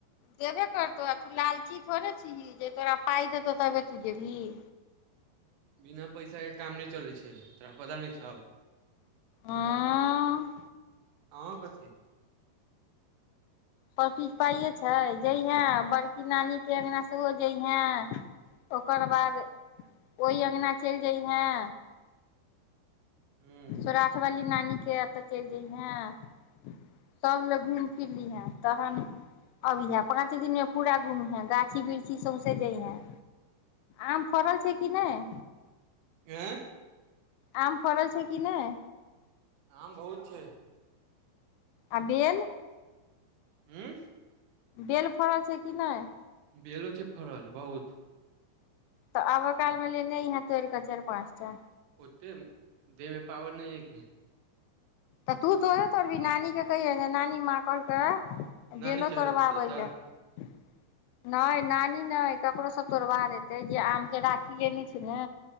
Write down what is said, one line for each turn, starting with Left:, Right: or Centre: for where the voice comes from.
Left: देबे करतौ तू लालची थोड़े छह जे तोरा पाय दतो तबे तु जेबहिं
Right: बिना पैसाके काम नहि चलै छै तोरा पता नहि छौ
Left: आँ
Right: ह कथी
Left: आओ किछ पाइए छै जैहेँ बड़की नानीके अङ्गना सेहो जैहे ओकर बाद ओहि अङ्गना चलि जैहेँ
Right: ह
Left: स्वराठ वाली ी नानी के एतऽ चलि जयहे सब लोग घूमि फिर लीहें तहन अबिहे पाँच दिन मे पूरा घूम हे गाछी वृक्षी सौंसे जैहें आम फड़ल छै कि नहि
Right: आँ
Left: आम फरल छै कि नहि
Right: आम बहुत छै
Left: आ बेल
Right: उूँ
Left: बेल फड़ल छै कि नहि
Right: बेलो छै फड़ल बहुत
Left: त आब कालमे लेने यहाँ तोर क चारि पाँचटा
Right: े देह मे पावर नहि है क
Left: तऽ तू सोे तोर भी नानी के कही नानी माँ कहलके गलो
Right: नानी चढ़
Left: तोड़वावय
Right: के तोड़ देतौ
Left: लेल नहि नानी नहि ककरोसँ तोड़बा देेतै जे आमके राखियए नहि छै ने